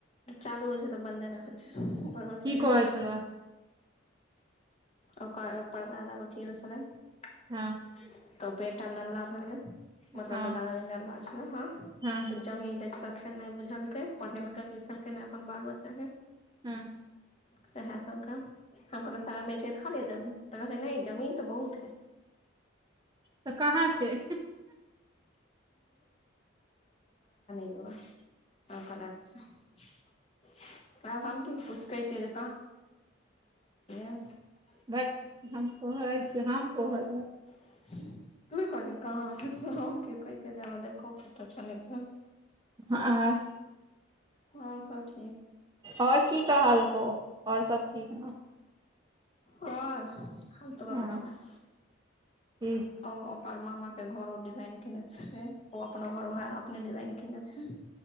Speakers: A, on the left; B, on the right.
A: चालू होइ छै तऽ बन्द नहि होई छै बढ़ बढ़
B: की
A: पॉइंट
B: कहै
A: रहे
B: छलौ
A: छै। ओकर परदादा वकील छलै। त
B: हँ
A: बेटा नला भेलै। मतलब
B: हँ
A: ओकर दादाजी नालायक छलै हँ
B: हँ
A: सिर्फ जमीन बेचिके खेनाइ बुझलके पढ़ेलकई नहि। कहियो देखलकै नै अपन बाल बच्चा के।
B: हँ।
A: सएह सब कऽ हम कहिलिय सारा बेचके खा लिय जमीन। त कहै नहि जमीन त बहुत है।
B: तऽ कहाँ छै
A: <unintelligible> <unintelligible> हम कहलहुँ अच्छा। आब हम की पूछैतियै <unintelligible>
B: भट हम कहै छी हम कहय ले।
A: तू ही कहली कहाँके त हम के। <unintelligible> देखो के त छनइ छैय।
B: हँ
A: और सब ठीक।
B: और की कहलकौ और सब ठीक न।
A: ओर कोर
B: हँ
A: बकवास।
B: की
A: ओ अपन मामा के घर ओ डिजाइन केने छैय ओ अपनो घोर ओहे अपने डिजाइन केने छैय।